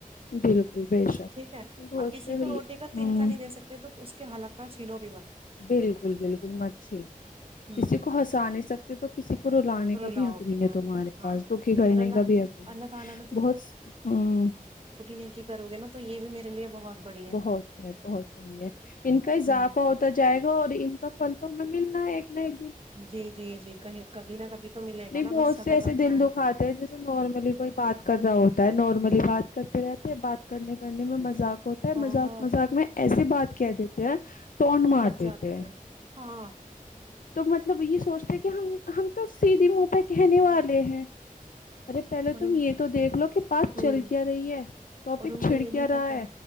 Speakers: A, on the left (about 70°); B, on the right (about 40°).
A: بالکل بے شک
B: ٹھیک ہے
A: بہت
B: آپ کسی
A: سے
B: کو
A: ہ
B: روٹی کا تن کا نہیں دے سکتے تو اس کے حلاقک کا چھینو بھی م
A: بالکل بالکل مت چھی ن
B: ہوں
A: کسی کو ہنسا نہیں سکتے تو کسی کو رلانے کا
B: رلاؤ
A: بھی حق نہیں ہے
B: مت
A: تمہارے
B: ہاں
A: پاس دکھی کرنے
B: اور اللہ
A: کا بھی حق نہیں
B: اللہ
A: ہے
B: تعالی
A: بہت ہ
B: کی کرو گے نا تو یہ بھی میرے لیے بہت بڑی ہے
A: بہت ہے بہت بڑھیا ہے ان کا اضافہ
B: ہوں
A: ہوتا جائے گا اور ان کا پل تو میں ملنا ایک نہ ایک دن
B: جی جی جی کہ ک بنا کبھی تو ملے گا
A: نہیں
B: نا
A: بہت
B: بس صبر
A: سے ایسے
B: رکھنا
A: دل
B: ہے
A: دکھاتے ہیں جیسے نارملی کوئی بات کر رہا ہوتا ہے نارملی بات کر رہتے ہیں بات کرنے کرنے میں مذاق ہوتا ہے
B: ہاں
A: مذاق
B: ہاں
A: مذاق میں ایسے سے بات کہہ دیتے ہیں ٹونڈ
B: تو
A: مار
B: لگ
A: دیتے
B: جاتی
A: ہیں
B: ہے ہاں
A: تو مطلب یہ سوچتے ہیں کہ ہم ہم تو سیدھے منہ پہ کہنے والے ہیں ارے پہلے
B: اور
A: تم
B: ان
A: یہ تو دیکھ لو کہ بات
B: ہوں
A: چل کیا رہی ہے ٹاپک
B: اور ان کو
A: چھڑ
B: یہ
A: کیایا
B: نہیں پتا
A: رہا ہے